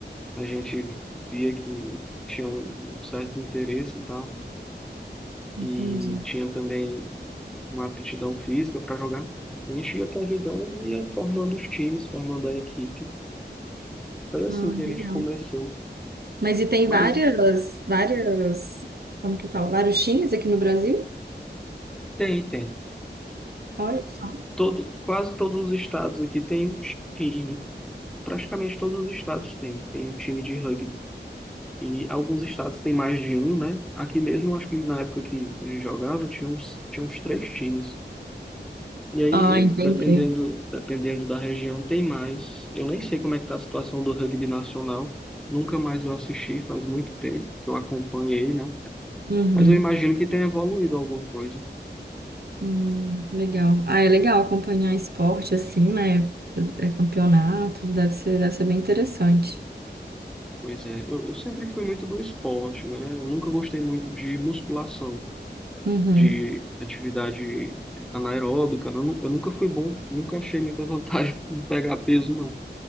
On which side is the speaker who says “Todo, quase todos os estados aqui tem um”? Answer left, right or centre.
Centre